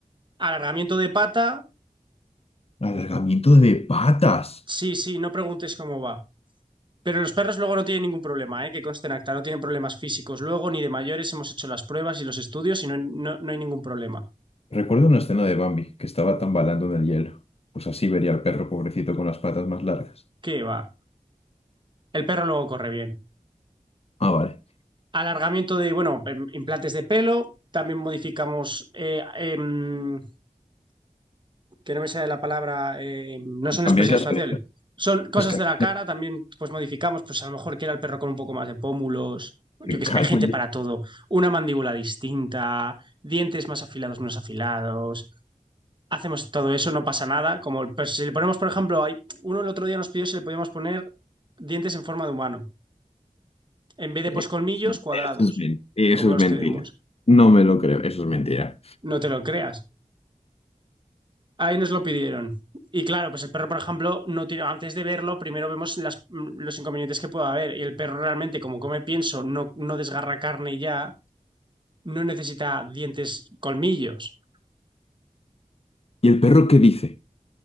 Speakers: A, on the right; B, on the left.
A: alargamiento de pata,
B: Alargamiento de patas.
A: sí, sí, no preguntes cómo va. Pero los perros luego no tienen ningún problema, ¿eh? Que conste en acta, no tienen problemas físicos. Luego, ni de mayores, hemos hecho las pruebas y los estudios y no, no no hay ningún problema.
B: Recuerdo una escena de Bambi que estaba tambalando en el hielo. Pues así vería al perro pobrecito con las patas más largas.
A: ¿Qué va? El perro luego corre bien.
B: Ah, vale.
A: Alargamiento de, bueno, em- implantes de pelo. También modificamos, eh, em, que no me sale la palabra, em, no
B: Le
A: son
B: Cambiáis
A: expresiones
B: las
A: faciales.
B: orejas.
A: Son cosas
B: Les cambiáis
A: de la cara,
B: las-
A: también pues modificamos, pues a lo mejor quiera el perro con un poco más de pómulos. Yo
B: Me
A: qué
B: cago
A: sé, hay gente
B: en
A: para
B: la-
A: todo. Una mandíbula distinta, dientes más afilados, menos afilados. Hacemos todo eso, no pasa nada. Como el- pues, si le ponemos, por ejemplo, hay, uno el otro día nos pidió si le podíamos poner dientes en forma de humano. en vez de
B: Eh,
A: pues colmillos cuadrados,
B: Eso es men- eso
A: como los
B: es mentira.
A: tenemos.
B: No me lo creo. Eso es mentira.
A: No te lo creas. Ahí nos lo pidieron. Y claro, pues el perro, por ejemplo, no tiene, antes de verlo, primero vemos las- los inconvenientes que pueda haber. Y el perro realmente, como come pienso, no, no desgarra carne ya, no necesita dientes, colmillos.
B: ¿Y el perro qué dice?